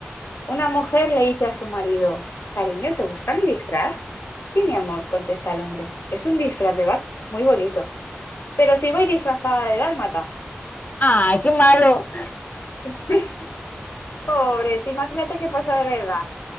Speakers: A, on the left; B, on the left.
A: Una mujer le dice a su marido, cariño, ¿te gusta mi disfraz? Sí, mi amor, contesta el hombre. Es un disfraz de vaca muy bonito. Pero si voy disfrazada de dálmata.
B: ¡Ay, qué malo!
A: <laughs> Pobre, te imagínate qué pasa de verdad.